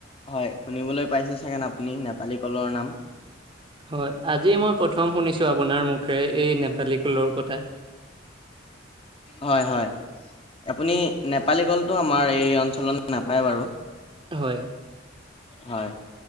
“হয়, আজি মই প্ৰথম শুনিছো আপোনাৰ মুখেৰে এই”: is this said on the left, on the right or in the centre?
Right